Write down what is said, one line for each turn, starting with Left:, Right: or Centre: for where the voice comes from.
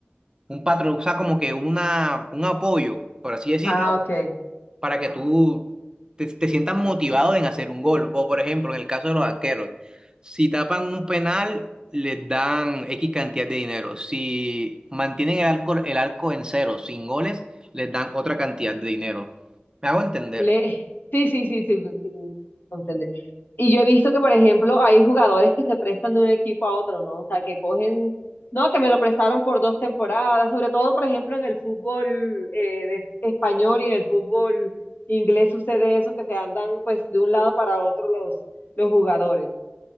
Right: un patrón, o sea, como que una, un apoyo, por así decirlo,
Left: Ah, ok.
Right: para que tú te, te sientas motivado en hacer un gol. O por ejemplo, en el caso de los arqueros, si tapan un penal, les dan X cantidad de dinero. Si mantienen el arco, el arco en cero, sin goles, les dan otra cantidad de dinero. ¿Me hago entender?
Left: Le... <laughs> Sí, sí, sí, sí, sí, entender. Y yo he visto que, por ejemplo, hay jugadores que se prestan de un equipo a otro, ¿no? O sea, que cogen, no, que me lo prestaron por dos temporadas, sobre todo, por ejemplo, en el fútbol eh, de- español y en el fútbol inglés sucede eso, que se andan pues de un lado para otro los, los jugadores.